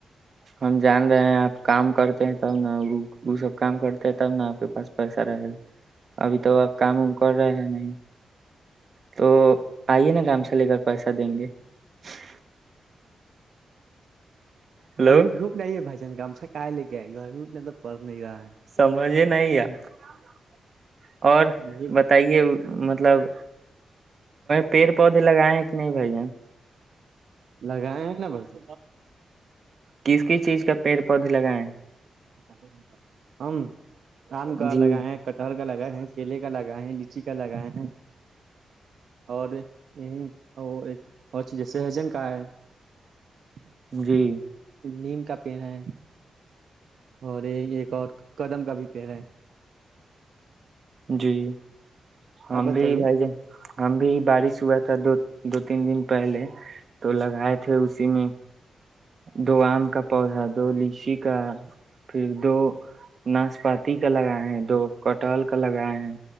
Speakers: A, on the right; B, on the right.
A: ہم جان رہے ہیں آپ کام کرتے ہیں تب نا وہ وہ سب کام کرتے ہیں تب نا آپ کے پاس پیسہ رہے گا ابھی تو آپ کام وم کر رہے ہیں نہیں تو آئیے نا کام سے لے کر پیسہ دیں گے <unintelligible> ہلو
B: ابھی دھوپ نہیں ہے بھائی جن کام سےا لے کے گرمی اتنا تو پڑ نہیں رہا ہے <unintelligible>
A: سمج <unintelligible> مجھے نہیں یار <unintelligible> اور
B: نہیں
A: بتائیے <unintelligible> مطلب پیڑ پودے لگائےائے ہیں کہ نہیں بھ جین <unintelligible>
B: لگائے ہیں نا بس
A: کس کس چیز کا پیڑ پودے لگائے
B: د ہم آم
A: ہیں
B: کا
A: جی
B: لگائے کٹہر <unintelligible> لگائے ہیں کیلے کا لگائے ہیں لچی کا لگائے ہیں اور یہیں ایک اور چیز جیسے ہجن <unintelligible> کاائے <unintelligible>
A: جی <unintelligible>
B: نیم کا پیڑ ہے <unintelligible> اور یہ ایک اور قدم کا بھی پڑ ہے
A: جی <unintelligible> ہم
B: آپ بتائیے
A: بھی بھائی جان ہم بھی بارش ہوا تھا دو دو تین دن پہلے تو لگائے تھے اسی میں دو آم کا پودا دو لیچی کا پھر دو ناشپاتی کا لگائے ہیں دو کٹل <unintelligible> لگائے ہیں